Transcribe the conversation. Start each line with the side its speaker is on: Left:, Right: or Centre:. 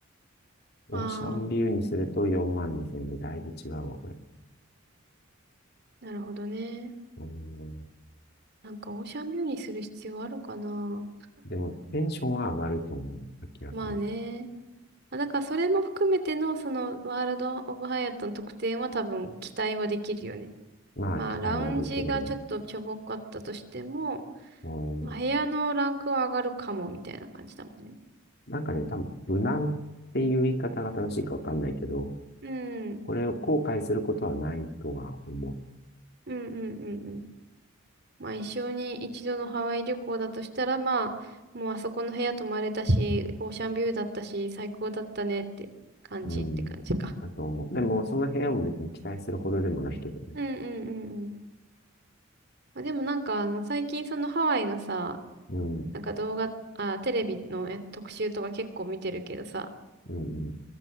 Left: オーシャンビューにすると4万2000円でだいぶ違うわ、
Right: あ
Left: これ。
Right: あ、なるほどね。
Left: うん。
Right: なんかオーシャンビューにする必要あるかな。
Left: でも、テンションは上がると思う。明らかに。
Right: まあね。まあだからそれも含めてのそのワールド・オブ・ハイアットの特典は多分期待はできるよね。
Left: まあ、
Right: まあラウンジがちょっとしょぼかったとしても、
Left: 期待はできるね。うん。
Right: まあ、部屋のランクは上がるかもみたいな感じだもんね。
Left: なんかね、多分、無難っていう言い方が正しいかわかんないけど、
Right: うん。うん
Left: これを後悔することはないとは思う。
Right: うんうんうん。まあ一生に一度のハワイ旅行だとしたら、まあ、もうあそこの部屋泊まれたし、オーシャンビューだったし、最高だったねって感じって感じか。
Left: うん。だと思う。でも、その部屋も別に期待するほどでもないけどね。
Right: うんうんうんうん。まあ、でもなんかあの最近そのハワイのさ、
Left: うん。
Right: なんか動画、あ、テレビのや特集とか結構見てるけどさ、
Left: うん、うん。